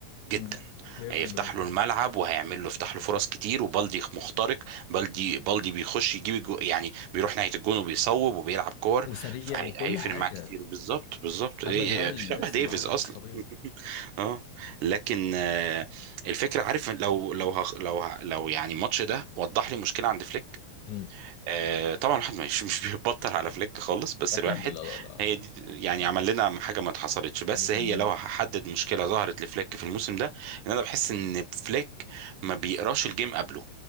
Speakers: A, on the right (about 85°); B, on the left (about 80°).
A: جدا
B: مم. 100%
A: هيفتح له الملعب وهيعمل له يفتح له فرص كتير وبالدي مخترق بالدي بالدي بيخش يجيب الجو يعني بيروح ناحية الجون وبيصوب وبيلعب كور
B: وسريع
A: فهيفرق
B: وكل حاجة
A: معاه كتير بالظبط بالظبط إيه-
B: أما الهبل اللي
A: شبه
B: بيحصل
A: ديفيز
B: معانا ده
A: اصلا
B: مش طبيعي
A: <laughs> اه لكن آه، الفكرة عارف لو لو هخ- لو ه- لو يعني الماتش ده وضح لي مشكلة عند فليك
B: مم.
A: آه، طبعا الواحد مش مش بيبطل على فليك خالص بس
B: أكيد
A: الواحد
B: لا لا لا
A: هي دي يعني عمل لنا حاجه ما اتحصلتش بس
B: 100%
A: هي لو هحدد مشكله ظهرت لفليك في الموسم ده ان انا بحس ان فليك ما بيقراش الجيم قبله